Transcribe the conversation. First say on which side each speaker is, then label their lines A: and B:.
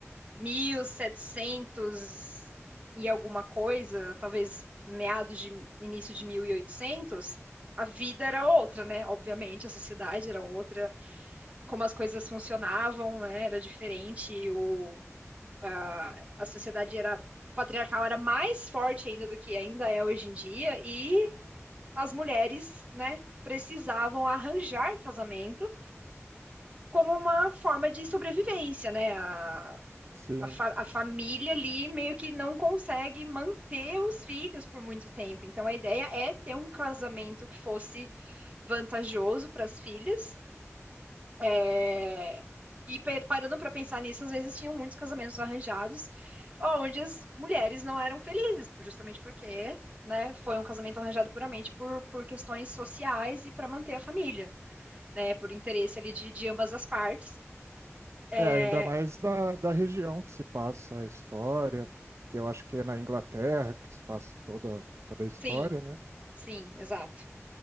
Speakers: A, on the right; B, on the right.
A: 1700 e setecentos e alguma coisa, talvez meados de início de 1800, a vida era outra, né? Obviamente, a sociedade era outra, como as coisas funcionavam, né, era diferente, o a, a sociedade era patriarcal era mais forte ainda do que ainda é hoje em dia e as mulheres, né, precisavam arranjar casamento como uma forma de sobrevivência, né? A,
B: Sim.
A: a, fa a família ali meio que não consegue manter os filhos por muito tempo. Então a ideia é ter um casamento que fosse vantajoso para as filhas é, E pe- parando para pensar nisso, às vezes tinham muitos casamentos arranjados, onde as mulheres não eram felizes, justamente porque, né, foi um casamento arranjado puramente por, por questões sociais e para manter a família, né, por interesse ali de, de ambas as partes. É,
B: É, ainda mais da, da região que se passa a história, que eu acho que é na Inglaterra que se passa toda, toda a história,
A: Sim,
B: né?
A: sim, exato.